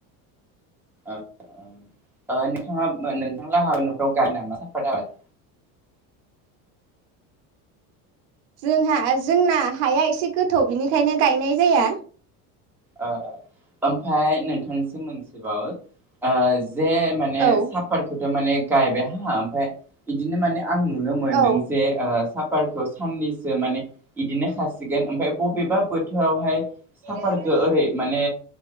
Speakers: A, in the centre; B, on the right.
A: ओ नोंथाङा नोंथां लाहानि न'खाव गारि नामा साफात आबाद?
B: जोंहा जोंना हाया एसे गोथौ बेनिखायनो गायनाय जाया
A: ओ ओमफ्राय नोंथांसिम मोनसेबाव ओ जे माने
B: औ
A: साफातफोर ओ माने गायबाय हा ओमफ्राय बिदिनो माने आं नुनो मोन्दों
B: औ
A: जे ओ साब सापार साननैसो माने बिदिनो खासिगोन ओमफ्राय बबेबा बोथोरावहाय
B: अ
A: सापारखौ ओरै माने